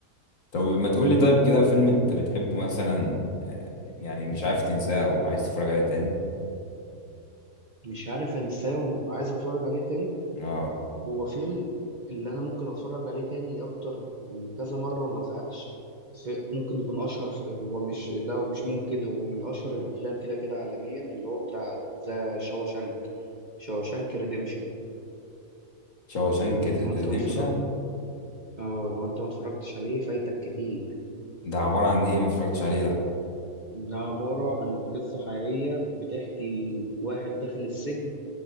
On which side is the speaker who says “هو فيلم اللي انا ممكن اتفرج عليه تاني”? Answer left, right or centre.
Right